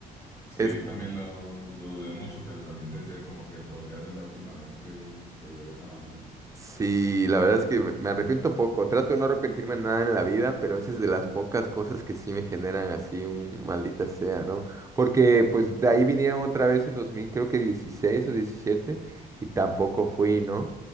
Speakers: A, on the left; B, on the right.
A: Sí,
B: Es
A: yo también lo, lo dudé mucho, pero también pensé como que podría ser la última vez que, que viera esa banda.
B: Sí, la verdad es que me me arrepiento poco. Trato de no arrepentirme de nada en la vida, pero esa es de las pocas cosas que sí me generan así un maldita sea, ¿no? Porque pues de ahí vinieron otra vez en 2000, creo que 16 o 17, y tampoco fui, ¿no?